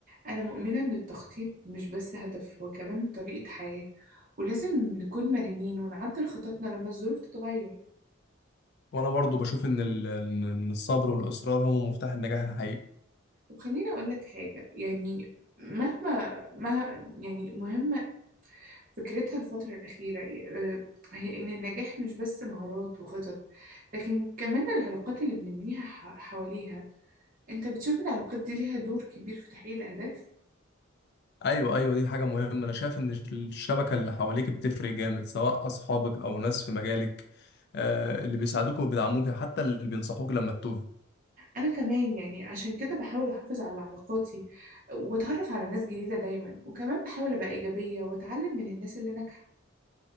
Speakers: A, on the right (about 45°); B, on the left (about 55°).
A: أنا مؤمنة إن التخطيط مش بس هدف هو كمان طريقة حياة ولازم نكون مرنين ونعدل خططنا لما الظروف تتغير
B: وأنا برضو بشوف إن ال... إن الصبر والإصرار هم مفتاح النجاح الحقيقي
A: طب خليني أقول لك حاجة يعني مهما ما يعني مهمة فكرتها الفترة الأخيرة آه، هي إن النجاح مش بس مهارات وخطط لكن كمان العلاقات اللي بنبنيها ح- حواليها أنت بتشوف العلاقات دي ليها دور كبير في تحقيق الأهداف
B: ايوه ايوه دي حاجه مهمه انا شايف ان الشبكه اللي حواليك بتفرق جامد سواء اصحابك او ناس في مجالك آه اللي بيساعدوك وبيدعموك حتى اللي بينصحوك لما تتوه
A: أنا كمان يعني عشان كده بحاول أحافظ على علاقاتي وأتعرف على ناس جديدة دايما وكمان بحاول أبقى إيجابية وأتعلم من الناس اللي ناجحة